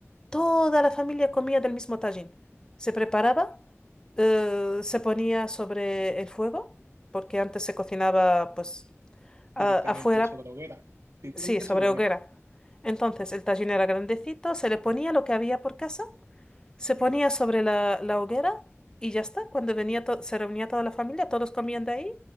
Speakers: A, on the left (about 15°); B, on the right (about 60°).
A: toda la familia comía del mismo tajín. Se preparaba, eh, se ponía sobre el fuego, porque antes se cocinaba pues a-
B: directamente
A: afuera,
B: sobre hoguera, directamente
A: sí, sobre
B: sobre hoguera.
A: hoguera. Entonces el tajín era grandecito, se le ponía lo que había por casa Se ponía sobre la, la hoguera y ya está. Cuando venía to- se reunía toda la familia, todos comían de ahí